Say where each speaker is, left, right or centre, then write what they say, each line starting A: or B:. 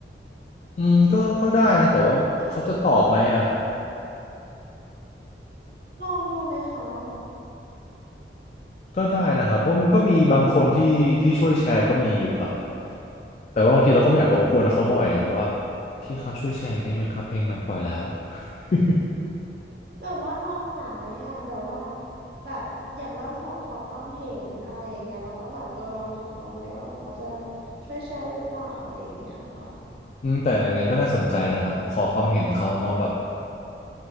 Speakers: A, on the left (about 40°); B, on the right (about 65°).
A: อืมก็ก็ได้นะ แต่ว่าเขาจะตอบไหมอ่ะ
B: ลองดูไหมคะ
A: ก็ได้นะครับเพราะมันก็มีบางคนที่ที่ช่วยแชร์ก็มีอยู่ครับแต่ว่าบางทีเราก็ไม่อยากรบกวนเขาบ่อยแบบว่าพี่ครับช่วยแชร์ได้ไหมครับเพลงใหม่ปล่อยแล้ว <laughs>
B: แบบว่าลองถามไหมอ่ะแบบว่าแบบอยากว่าขอขอความเห็นอะไรอย่างเงี้ยแล้วก็แบบเออลองถามเขาไหมว่าแบบเขาจะช่วยแชร์ได้หรือเปล่าอะไรอย่างเงี้ยค่ะ
A: อืมแต่อย่างนั้นก็น่าสนใจนะครับแบบขอความเห็นเขาเนาะแบบ